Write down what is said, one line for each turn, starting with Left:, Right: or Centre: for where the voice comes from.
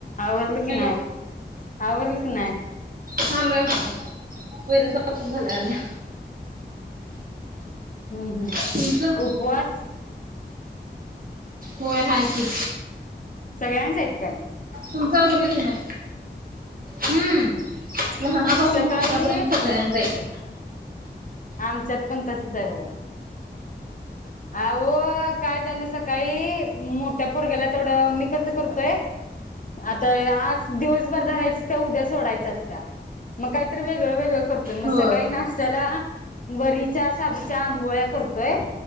Left: आवरलं
Right: हॅलो
Left: की नाय, आवरलं की नाय?
Right: चालू आहे वैरण कापून <unintelligible>
Left: हम्म हम्म
Right: तुमचं
Left: उपवास?
Right: होय हाय की.
Left: सगळ्यांच आहेत काय?
Right: तुमचं आवरलं की नाय? हम्म. लहानापासून
Left: सकाळी
Right: मोठ्यापर्यंत सगळ्यांना च्यायत.
Left: आमच्यात पण तसच आहे बघा. अहो काय झालं सकाळी मोठ्या पोरग्याला थोडं मी कसं करतोय आता आज दिवसभर धरायच त्या उद्या सोडायच असत्या. मग काहीतरी वेगळ वगळं करत मग
Right: होय
Left: सकाळी नाशत्याला वरीच्या, शाबूच्या आंबोळ्या करतोय,